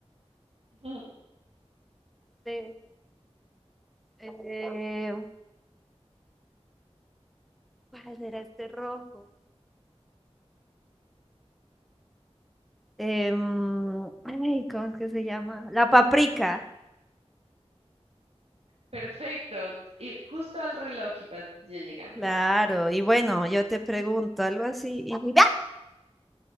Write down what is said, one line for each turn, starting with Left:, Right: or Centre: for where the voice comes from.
Right: <laughs>
Centre: Este, Eh, ¿cuál era este rojo? Em, ay, ¿cómo es que se llama? La paprika.
Right: Perfecto. Y justo al reloj ibas ya llegando,
Centre: Claro,
Right: Sofía.
Centre: y bueno, yo te pregunto algo así, y Paprika.